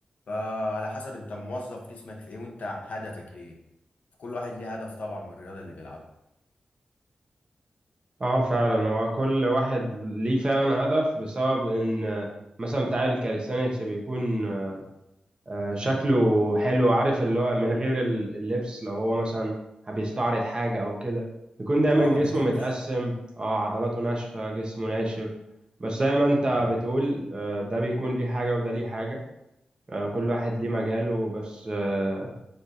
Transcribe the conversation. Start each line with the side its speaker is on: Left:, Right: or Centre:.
Left: فعلى حسب انت موظف جسمك في ايه وانت هدفك ايه كل واحد ليه هدف طبعا من الرياضه اللي بيلعبها
Right: اه فعلا هو كل واحد ليه فعلا هدف بسبب ان مثلا بتاع الكاليستانكس بيكون آه، شكله حلو عارف اللي هو من غير ال- اللبس لو هو مثلا بيستعرض حاجة أو كده بيكون دايما
Left: اه ما
Right: جسمه
Left: بيكونش
Right: متقسم اه عضلاته ناشفة جسمه ناشف بس زي ما انت
Left: مم.
Right: بتقول آه، ده بيكون ليه حاجة وده ليه حاجة آه، كل واحد ليه مجاله بس آه،